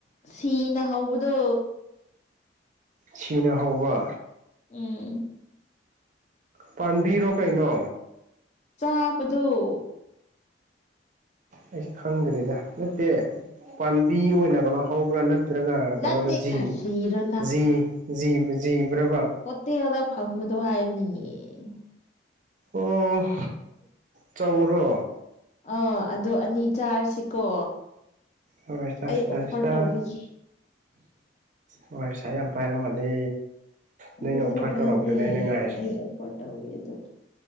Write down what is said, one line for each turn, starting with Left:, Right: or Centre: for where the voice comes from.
Left: ꯁꯤꯅ ꯍꯧꯕꯗꯣ
Right: ꯁꯤꯅ ꯍꯧꯕ
Left: ꯎꯝ‌꯫
Right: ꯄꯥꯟꯕꯤꯔꯣ ꯀꯩꯅꯣ
Left: ꯆꯥꯕꯗꫭ
Right: ꯑꯩꯁ ꯈꯪꯗ꯭ꯔꯦꯗ ꯅꯠꯇꯦ ꯄꯥꯝꯕꯤ ꯑꯣꯏꯅ ꯀꯩꯅꯣ ꯍꯧꯕ꯭ꯔꯥ ꯅꯠ ꯇ꯭ꯔꯒ
Left: ꯅꯠꯇꯦ
Right: ꯀꯩꯅꯣꯗꯥ ꯖꯤ
Left: ꯀꯔꯤꯔꯣ
Right: ꯖꯤ ꯖꯤꯕ ꯖꯤꯕ꯭ꯔꯥꯕ
Left: ꯇꯦꯜꯗ ꯐꯪꯕꯗꯣ ꯍꯥꯏꯕꯅꯤꯅꯦ
Right: ꯑꯣ ꯆꯧꯔꯣ
Left: ꯑꯥ ꯑꯗꯣ ꯑꯅꯤ ꯆꯥꯔꯁꯤꯀꯣ
Right: ꯍꯣꯏ ꯆꯥꯁꯤ
Left: ꯑꯩ
Right: ꯆꯥꯁꯤ
Left: ꯑꯣꯐꯔ
Right: ꯆꯥ
Left: ꯇꯧꯕꯤꯒꯦ꯫
Right: ꯍꯣꯏ ꯄꯩꯁꯥ ꯌꯥꯝ ꯄꯥꯏꯔ ꯃꯥꯜꯂꯦ꯫ ꯅꯣꯏꯅ
Left: ꯄꯩꯁꯥ
Right: ꯑꯣꯐꯔ
Left: ꯄꯥꯏꯗꯦ
Right: ꯇꯧꯔꯛꯄꯗꯨꯅꯦ ꯑꯩꯅ ꯉꯥꯏꯔꯤꯁꯦ
Left: ꯑꯩ ꯑꫭꯐꯔ ꯇꯧꯒꯦ ꯑꯗꫭ